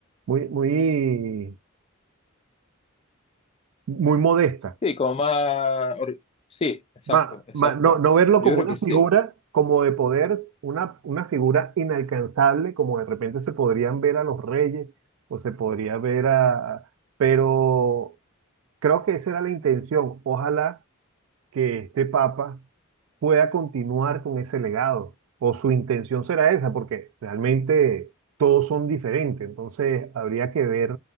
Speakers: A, on the right; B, on the left.
A: muy, muy, muy modesta
B: sí, como más... ori- Sí, exacto,
A: Ma-
B: exacto.
A: ma- no, no verlo
B: Yo
A: como
B: creo
A: una
B: que sí,
A: figura, como de poder, una, una figura inalcanzable, como de repente se podrían ver a los reyes o se podría ver a... Pero creo que esa era la intención. Ojalá que este papa pueda continuar con ese legado o su intención será esa, porque realmente todos son diferentes. Entonces habría que ver